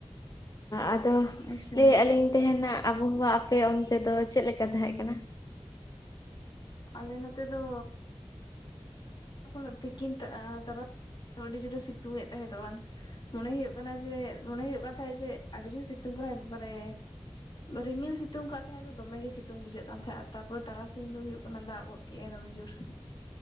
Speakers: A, on the left (about 40°); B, on the left (about 55°).
A: ᱟᱫᱚ
B: ᱟᱪᱪᱷᱟ
A: ᱞᱟᱹᱭᱮᱜᱼᱟ ᱞᱤᱧ ᱛᱮᱦᱮᱱᱟᱜ ᱟᱵᱚᱦᱟᱣᱟ ᱟᱯᱮ ᱚᱱᱛᱮ ᱫᱚ ᱪᱮᱫ ᱞᱮᱠᱟ ᱛᱟᱦᱮᱸ ᱠᱟᱱᱟ?
B: ᱟᱞᱮ ᱱᱚᱛᱮ ᱫᱚ <unintelligible> ᱛᱤᱠᱤᱱ ᱛᱟᱨᱟ <unintelligible> ᱟᱹᱰᱤ ᱡᱳᱨᱮ ᱥᱤᱛᱩᱝ ᱮᱫ ᱛᱟᱦᱮᱸᱫ <unintelligible> ᱢᱚᱱᱮ ᱦᱩᱭᱩᱜ ᱠᱟᱱᱟ ᱡᱮ ᱢᱚᱱᱮ ᱦᱩᱭᱩᱜ ᱠᱟᱱ ᱛᱟᱦᱮᱸᱫ ᱡᱮ ᱟᱹᱰᱤ ᱡᱳᱨ ᱥᱤᱛᱩᱝ ᱠᱟᱱᱟ ᱮᱠᱵᱟᱨᱮ᱾ ᱨᱤᱢᱤᱞ ᱥᱤᱛᱩᱝ ᱠᱟᱜ ᱛᱟᱦᱮᱸ ᱫᱚ ᱫᱚᱢᱮᱜᱮ ᱜᱮ ᱥᱤᱛᱩᱝ ᱵᱩᱡᱷᱟᱹᱜ ᱠᱟᱱ ᱛᱟᱦᱮᱸᱜ ᱟᱨ ᱛᱟᱨᱯᱚᱨᱮ ᱛᱟᱨᱟᱥᱤᱧ ᱫᱚ ᱦᱩᱭᱩᱜ ᱠᱟᱱᱟ ᱫᱟᱜ ᱜᱚᱫ ᱠᱩᱜᱼᱟ ᱫᱚᱢᱮ ᱡᱳᱨ ᱾